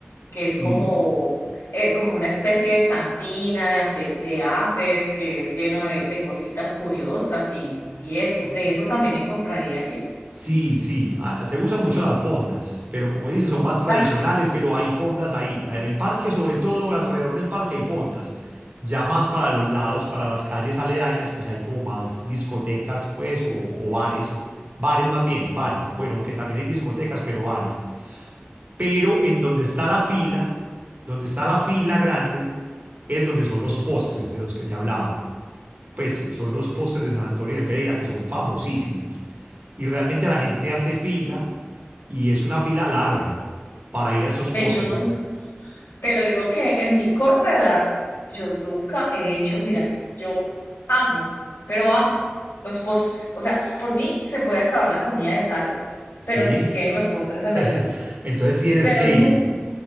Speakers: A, on the left; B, on the right.
A: que es
B: sí.
A: como, eh, como una especie de cantina de, ante- de antes, que es lleno de, de cositas curiosas y, y eso. De eso también encontraría allí.
B: Sí, sí, ah, se usan mucho las fondas, pero como dices, son más tradicionales,
A: Ah,
B: pero hay fondas ahí. En el parque, sobre todo, alrededor del parque hay fondas. Ya más para los lados, para las calles aledañas, pues hay como más discotecas, pues, o, o bares. Bares más bien, bares. Bueno, aunque también hay discotecas, pero bares. Pero en donde está la fila, donde está la fila grande, es donde son los postres de los que te hablaba. Pues son los postres de San Antonio de Pereira que son famosísimos. Y realmente la gente hace fila y es una fila larga para ir a esos
A: ve,
B: postes.
A: yo nunca, te lo digo que en mi corta edad, yo nunca he hecho, mira, yo amo, pero amo los postres. O sea, por mí se puede acabar la comida de sal, pero
B: ¿Sí?
A: que se queden los postres en
B: <laughs>
A: el mundo.
B: Entonces tienes
A: Pero
B: que
A: nunca
B: ir.